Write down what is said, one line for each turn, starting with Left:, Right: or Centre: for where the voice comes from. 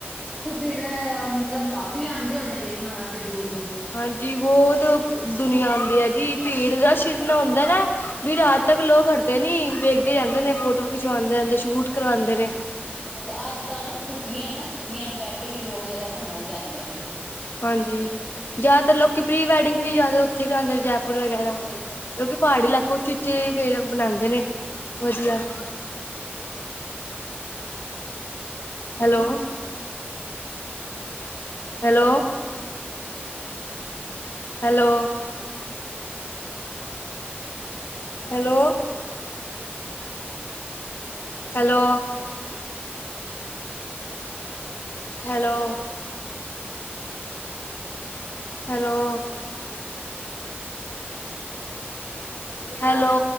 Centre: ਫੇਿਰ ਮਤਲਬ ਕਾਫੀ ਆਉਂਦੇ ਹੋਣੇ ਦੇਖਣ ਵਾਸਤੇ ਦੂਰ
Left: ਹਾਂਜੀ ਬਹੁਤ ਦੁਨੀਆਂ ਆਉਂਦੀ ਹੈ ਜੀ ਭੀੜ ਦਾ ਸ਼ਿਰਨਾ ਆਉਂਦਾ ਨਾ ਵੀ ਰਾਤ ਤੱਕ ਲੋਕ ਹਟਦੇ ਨੀ ਵੇਖਦੇ ਰਹਿੰਦੇ ਨੇ ਫੋਟੋਆਂ ਖਿਚਵਾਉਂਦੇ ਰਹਿੰਦੇ ਸ਼ੂਟ ਕਰਵਾਉਂਦੇ ਨੇ
Centre: ਅੱਜ ਕੱਲ੍ਹ ਨਾ ਛੁੱਟੀਆਂ ਹੈ ਨਾ ਛੁੱਟੀਆਂ ਚ ਵੈਸੇ ਵੀ ਲੋਕ ਜ਼ਿਆਦਾ ਘੁੰਮਣ ਜਾਂਦੇ ਨੇ
Left: ਹਾਂਜੀ ਜ਼ਿਆਦਾਤਰ ਲੋਕੀ ਪ੍ਰੀ ਵੈਡਿੰਗ ਵੀ ਜ਼ਿਆਦਾ ਉੱਥੇ ਕਰਾਉਦੇ ਜੈਪੁਰ ਵਗੈਰਾ ਕਿਉਂਕਿ ਪਹਾੜੀ ਇਲਾਕੇ ਚੀਚੇ ਫੇਰ ਬਣਾਉਂਦੇ ਨੇ ਵਧੀਆ
Centre: <inaudible>
Left: hello hello hello hello! Hello hello hello! Hello